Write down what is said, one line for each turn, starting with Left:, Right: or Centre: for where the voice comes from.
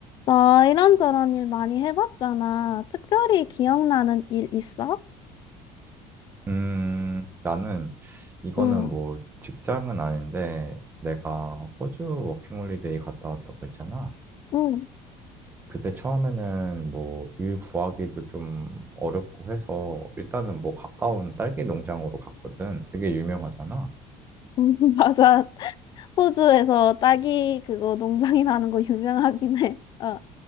Left: 나 이런저런 일 많이 해봤잖아. 특별히 기억나는 일 있어?
Right: 음, 나는 이거는
Left: 응,
Right: 뭐 직장은 아닌데 내가 호주 워킹홀리데이 갔다 왔다고 했잖아.
Left: 응.
Right: 그때 처음에는 뭐 일 구하기도 좀 어렵고 해서 일단은 뭐 가까운 딸기 농장으로 갔거든. 되게 유명하잖아.
Left: <laughs> 맞아. 호주에서 딸기 그거 농장이라는 거 유명하긴 해. 어.